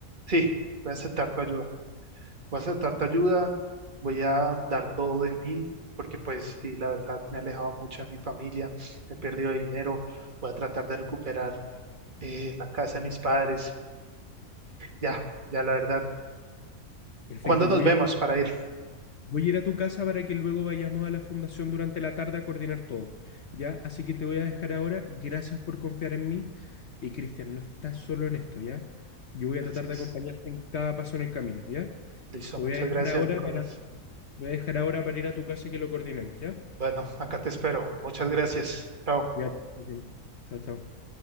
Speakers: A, on the right (about 35°); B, on the left (about 55°).
A: Sí, voy a aceptar tu ayuda. voy a aceptar tu ayuda, voy a dar todo de mí, porque pues sí, la verdad me he alejado mucho de mi familia, he perdido dinero, voy a tratar de recuperar eh, la casa de mis padres. Ya, ya la verdad.
B: Perfecto,
A: ¿Cuándo nos
B: voy
A: vemos
B: a,
A: para ir?
B: voy a ir a tu casa para que luego vayamos a la fundación durante la tarde a coordinar todo. ¿Ya? Así que te voy a dejar ahora. Gracias por confiar en mí. Y Cristian, no estás solo en esto, ¿ya? Yo voy a
A: Gracias.
B: tratar de acompañarte en cada paso en el camino, ¿ya?
A: Listo,
B: Te
A: muchas
B: voy a dejar
A: gracias,
B: ahora
A: Nicolás.
B: para... Voy a dejar ahora para ir a tu casa y que lo coordinemos, ¿ya?
A: Bueno, acá te espero. Muchas gracias. Chao.
B: Ya. que estés Chao, chao.